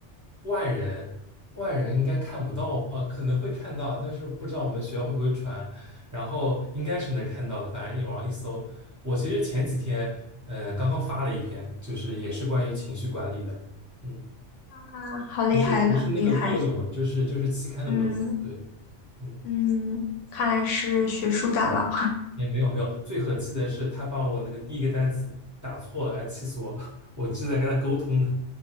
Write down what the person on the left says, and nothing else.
<laughs> 啊，好厉害了，
厉害。
嗯
嗯，看来是学术大佬。